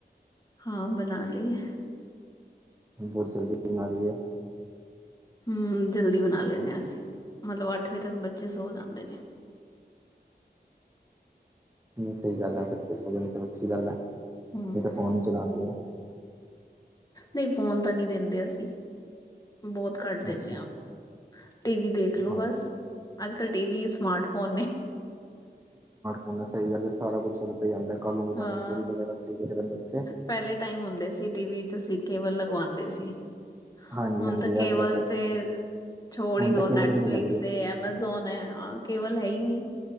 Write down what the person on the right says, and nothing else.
ਬਹੁਤ ਜਲਦੀ ਬਣਾ ਲਈ ਐ।
ਨਈ ਸਈ ਗੱਲ ਐ, ਬੱਚੇ ਸੋ ਜਾਣ ਤੇ ਅੱਛੀ ਗੱਲ ਐ,
ਨਈ ਤੇ ਫੋਨ ਈ ਚਲਾਣਗੇ।
ਅੱਛਾ
ਹਾਂ
ਹੁਣ ਸਈ ਗੱਲ ਐ ਸਾਰਾ ਕੁੱਛ ਓਦੇ ਤੇ ਈ ਆਂਦੈ ਕਲ <unintelligible>
ਵਗੈਰਾ ਬੱਚੇ।
ਹਾਂਜੀ-ਹਾਂਜੀ
ਅੱਜ-ਕੱਲ ਤਾਂ
ਹੁਣ
ਤਾਂ
ਕੇਬਲ ਵੀ ਨੀ ਲੱਗਦੀ